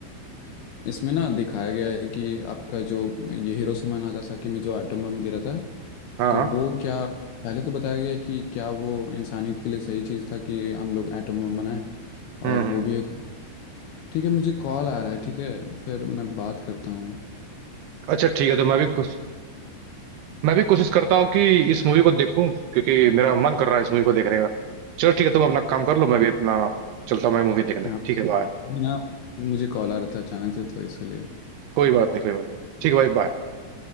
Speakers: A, on the left; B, on the right.
A: इसमें ना दिखाया गया है कि आपका जो ये हिरोशिमा नागासाकी में जो एटम बम गिरा था
B: हाँ
A: तो
B: हाँ
A: वो क्या पहले तो बताया गया है कि क्या वो इंसानियत के लिए सही चीज़ था कि हम लोग एटम बम बनाएं
B: हम्म
A: और वो
B: हम्म।
A: भी है कि ठीक है मुझे कॉल आ रहा है ठीक है फिर मैं बात करता हूँ
B: अच्छा ठीक है तो मैं भी कुछ मैं भी कोशिश करता हूँ कि इस मूवी को देखूं क्योंकि मेरा मन कर रहा है इस मूवी को देखने का चलो ठीक है तुम अपना काम कर लो मैं भी अपना चलता हूँ मैं मूवी देखने
A: हाँ
B: ठीक है बाय
A: अभी ना मुझे कॉल आ रहा था अचानक से तो इसलिए
B: कोई बात नहीं कोई बात नहीं ठीक है भाई बाय